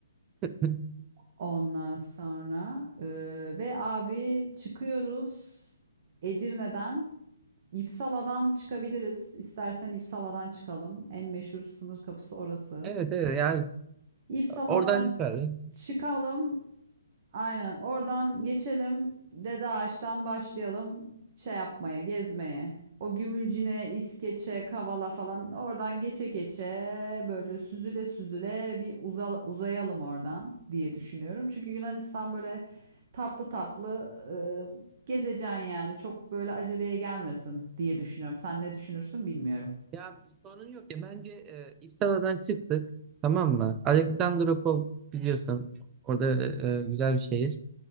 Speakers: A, on the right (about 15°); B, on the right (about 40°).
A: <laughs>
B: Ondan sonra e, ve abi çıkıyoruz Edirne'den. İpsala'dan çıkabiliriz. İstersen İpsala'dan çıkalım. En meşhur sınır kapısı orası.
A: evet, evet yani
B: İpsala'dan
A: oradan çıkarız.
B: çıkalım. Aynen. Oradan geçelim. Dede Ağaç'tan başlayalım şey yapmaya, gezmeye. O Gümülcine, İskeçe, Kavala falan oradan geçe geçe böyle süzüle süzüle bir uza- uzayalım oradan diye düşünüyorum. Çünkü Yunanistan böyle tatlı tatlı e, gezeceksin yani. Çok böyle aceleye gelmesin diye düşünüyorum. Sen ne düşünürsün bilmiyorum.
A: Ya sorun yok ya bence e, İpsala'dan çıktık tamam mı? Alexandropol biliyorsun orada e, güzel bir şehir.